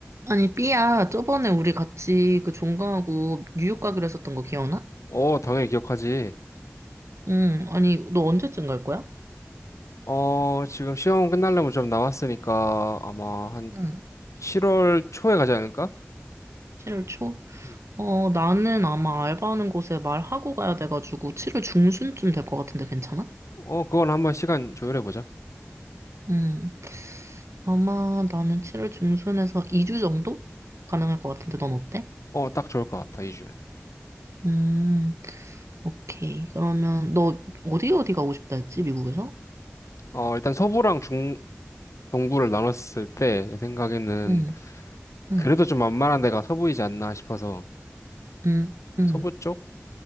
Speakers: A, on the right (about 70°); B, on the left (about 85°).
A: 아니, 삐야, 저번에 우리 같이 그 종강하고 뉴욕 가기로 했었던 거 기억나?
B: 어, 당연히 기억하지.
A: 응, 아니, 너 언제쯤 갈 거야?
B: 어, 지금 시험 끝나려면 좀 남았으니까 아마 한
A: 응.
B: 7월 초에 가지 않을까?
A: 7월 초?
B: 음.
A: 어, 나는 아마 알바하는 곳에 말하고 가야 돼가지고 7월 중순쯤 될 것 같은데 괜찮아?
B: 어, 그건 한번 시간 조율해보자.
A: 응. 아마 나는 7월 중순에서 2주 정도? 가능할 것 같은데 넌 어때?
B: 어, 딱 좋을 것 같아, 2주면.
A: 음, 오케이. 그러면 너 어디 어디 가고 싶다 했지, 미국에서?
B: 어, 일단 서부랑 중, 동부를 나눴을 때, 내 생각에는
A: 응, 응.
B: 그래도 좀 만만한 데가 서부이지 않나 싶어서.
A: 응, 응.
B: 서부 쪽?